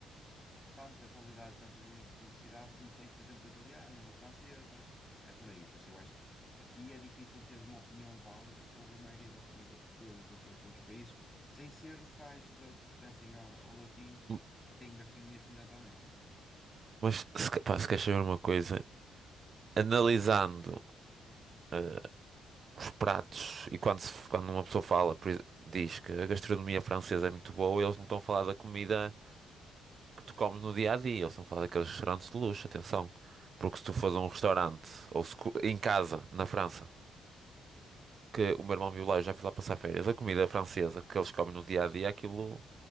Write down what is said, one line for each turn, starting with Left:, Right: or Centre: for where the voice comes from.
Left: tanta qualidade, tanta di- diversidade como tens, por exemplo, da italiana ou da francesa. É por aí, por isso eu acho que aqui é difícil teres uma opinião válida sobre a maioria da comida de, de outros, de outros países, sem ser os tais de, que pertencem a- ao latim
Right: M-
Left: e têm gastronomia semelhante à nossa.
Right: Mas se, ca- pá, se queres saber uma coisa, analisando eh, os pratos, e quando, se- quando uma pessoa fala, por exe- diz que a gastronomia francesa é muito boa, eles não estão a falar da comida que tu comes no dia a dia, eles estão a falar daqueles restaurantes de luxo, atenção. Porque se tu fores a um restaurante, ou se, co- em casa, na França, que o meu irmão viu lá, eu já fui lá passar férias, a comida francesa que eles comem no dia a dia, aquilo.